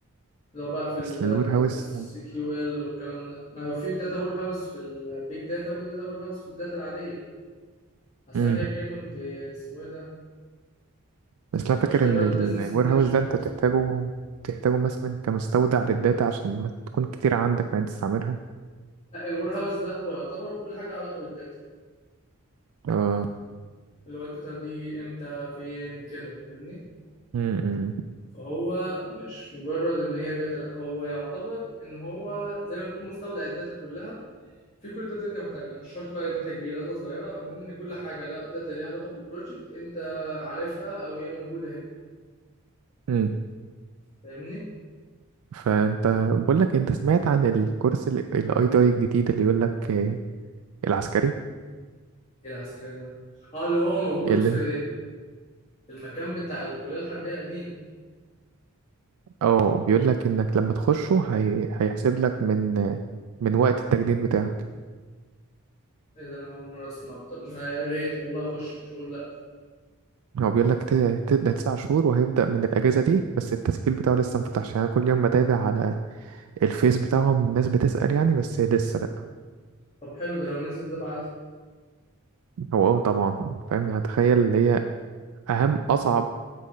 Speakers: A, on the left; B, on the right.
A: اللي هو بقى في الاس
B: بس الوير هاوس
A: كيو ال SQL والكلام ده ما في داتا وير هاوس في البيج داتا وفي داتا وير هاوس في الداتا العادية اصل
B: مم.
A: أنا كده كده كنت اسمه ايه ده
B: بس
A: كنت
B: أنا فاكر
A: بشتغل
B: إن الوير
A: بزنس انتليجنت
B: هاوس ده أنت بتحتاجه بتحتاجه مثلا كمستودع للداتا عشان ما تكون كتير عندك ما تستعملها
A: لا الوير هاوس ده هو يعتبر كل حاجة علاقة بالداتا
B: اه
A: اللي هو الداتا دي امتى فين كده فاهمني
B: امم
A: فهو مش مجرد ان هي داتا لا هو يعتبر ان هو زي ما بتقول مستودع الداتا كلها في كل داتا انت محتاجها مش شرط بقى داتا كبيره داتا صغيره المهم ان كل حاجه لا داتا ليها علاقه بالبروجكت انت عارفها او هي موجوده هنا.
B: امم
A: فاهمني
B: فأنت بقول لك إيه، أنت سمعت عن الكورس الاي تي اي الجديد اللي يقول لك آه، العسكري
A: ايه العسكري اه اللي هو موجود
B: اللي
A: في المكان بتاع الكلية الحربية القديم
B: اه بيقول لك إنك لما تخشه هي... هيحسب لك من آه، من وقت التجنيد بتاعك
A: ايه ده انا اول مرة اسمعه طب ما يا ريت والله اخش مش هقول لا
B: هو بيقول لك ت- ت- ده تسع شهور وهيبدأ من الأجازة دي بس التسجيل بتاعه لسه مفتحش يعني أنا كل يوم بتابع على الفيس بتاعهم الناس بتسأل يعني بس لسه لأ
A: طب حلو ده لو نزل ده بعد
B: هو اه طبعا فاهم يعني تخيل اللي هي اهم اصعب